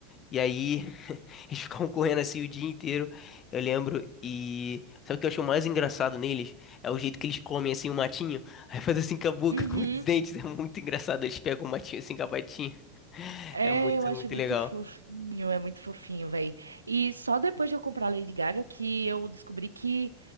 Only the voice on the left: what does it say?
E aí, <laughs> eles ficavam correndo assim o dia inteiro, eu lembro. E sabe o que eu acho mais engraçado neles? É o jeito que eles comem, assim, o matinho. <laughs> Aí faz assim com a boca,
com os dentes. É muito engraçado. Eles pegam o matinho assim com a patinha. <laughs>
É muito,
muito
legal.